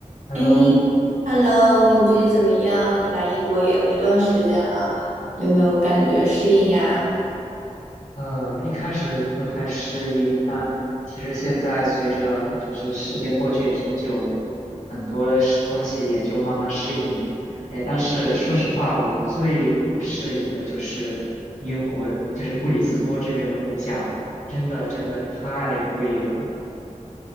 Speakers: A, on the left; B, on the right.
A: Hello，
B: 哎，Hello，你最近怎么样？你来英国也有一段时间了，有没有感觉适应呀？
A: 呃，一开始不太适应，但其实现在随着就是时间过去也挺久了，很多是东西也就慢慢适应了。哎，但是说实话，我最不适应的就是英国的，就是布里斯托这边的物价，真的真的太贵了。